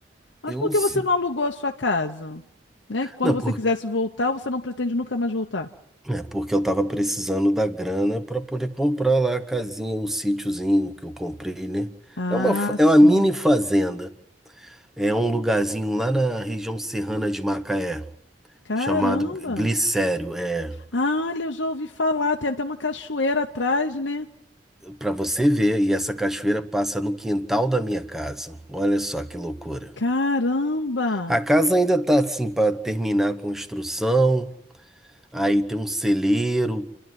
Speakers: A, on the left; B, in the centre.
A: Mas
B: eu.
A: por que
B: se-
A: você não alugou a sua casa? Né? Que Quando
B: Não,
A: você quisesse voltar, você não pretende nunca mais voltar.
B: É porque eu tava precisando da grana para poder comprar lá a casinha, o sítiozinho que eu comprei, né?
A: Ah,
B: É uma, fa- é
A: sim.
B: uma mini fazenda. É um lugarzinho lá na região serrana de Macaé,
A: Caramba!
B: chamado Glicério. É,
A: Ah, olha, eu já ouvi falar, tem até uma cachoeira atrás, né?
B: para você ver, e essa cachoeira passa no quintal da minha casa. Olha só que loucura.
A: Caramba!
B: A casa ainda tá assim para terminar a construção. Aí tem um celeiro